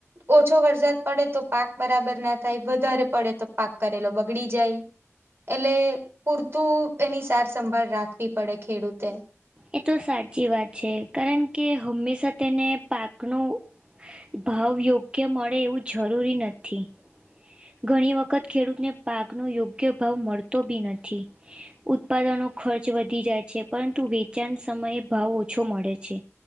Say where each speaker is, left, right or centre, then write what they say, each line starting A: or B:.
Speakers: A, on the right; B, on the right.
A: ઓછો વરસાદ પડે તો પાક બરાબર ના થાય વધારે પડે તો પાક કરેલો બગડી જાય. એટલે પૂરતું એની સારસંભાળ રાખવી પડે ખેડૂતે.
B: એ તો સાચી વાત છે કારણ કે હંમેશા તેને પાકનું ભાવ યોગ્ય મળે એવું જરૂરી નથી. ઘણી વખત ખેડૂતને પાકનો યોગ્ય ભાવ મળતો બી નથી. ઉત્પાદનો ખર્ચ વધી જાય છે પરંતુ વેચાણ સમયે ભાવ ઓછો મળે છે.